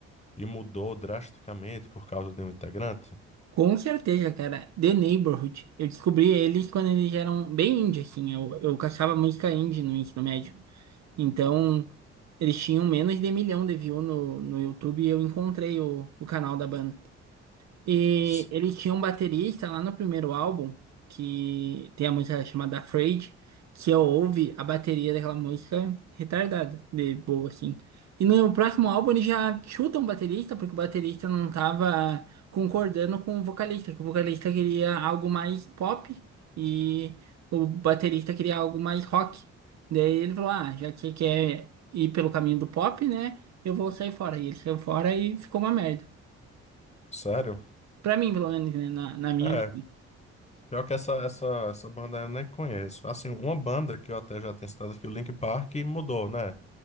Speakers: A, on the left; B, on the right.
A: e mudou drasticamente por causa de um integrante?
B: Com certeza, cara. The Neighborhood. Eu descobri eles quando eles eram bem indie, assim. Eu, eu caçava música indie no ensino médio. Então, eles tinham menos de milhão de views no, no YouTube e eu encontrei o, o canal da banda. E
A: S-
B: ele tinha um baterista lá no primeiro álbum, que tem a música chamada Afraid, que eu ouvi a bateria daquela música retardada, de boa, assim. E no próximo álbum ele já chuta um baterista, porque o baterista não tava concordando com o vocalista, que o vocalista queria algo mais pop e o baterista queria algo mais rock. Daí ele falou, ah, já que quer ir pelo caminho do pop, né, eu vou sair fora. E ele saiu fora e ficou uma merda.
A: Sério?
B: Pra mim, pelo menos, né? Na, na minha
A: É,
B: vida.
A: pior que essa, essa, essa banda eu nem conheço. Assim, uma banda que eu até já tinha citado aqui, o Linkin Park, mudou, né?